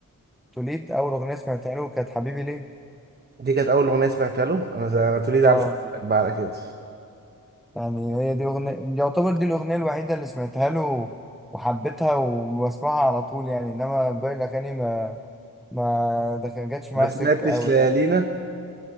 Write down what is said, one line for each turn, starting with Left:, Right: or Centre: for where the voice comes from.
Centre: توليت أول أغنية سمعتها له كانت حبيبي ليه
Right: دي كانت اول اغنيه سمعتها له انا زي انا توليد
Centre: اه
Right: عارف اقول لك بقى على كده
Centre: يعني هي دي أغنية يعتبر دي الأغنية الوحيدة اللي سمعتها له وحبيتها وبسمعها على طول يعني إنما باقي الأغاني ما ما ده كان- جاتش
Right: ما
Centre: معايا
Right: سمعتش
Centre: سكة أوي
Right: ليالينا
Centre: يعني